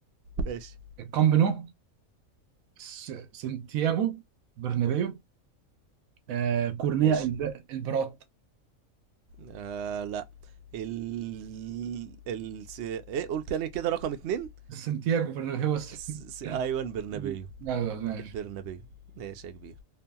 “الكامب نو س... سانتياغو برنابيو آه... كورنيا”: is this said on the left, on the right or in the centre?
Right